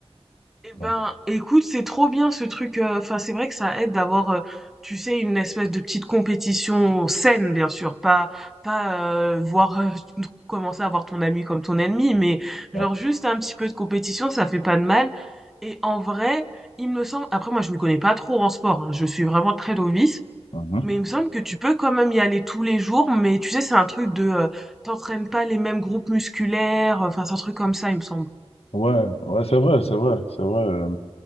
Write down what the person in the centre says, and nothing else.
Eh
ben, écoute, c'est trop bien ce truc. euh, Enfin, c'est vrai que ça aide d'avoir, euh, tu sais, une espèce de petite compétition saine, bien sûr. Pas, pas euh, voir euh, <laughs> commencer à voir ton ami comme ton ennemi, mais genre
juste un petit peu de compétition, ça fait pas de mal. Et en vrai, il me semble. Après, moi, je me connais pas trop en sport. hein, je suis vraiment très novice.
Mais il me semble que tu peux quand même y aller tous les jours. Mais tu sais, c'est un truc de, euh, t'entraînes pas les mêmes groupes musculaires. Enfin, c'est un truc comme ça, il me semble.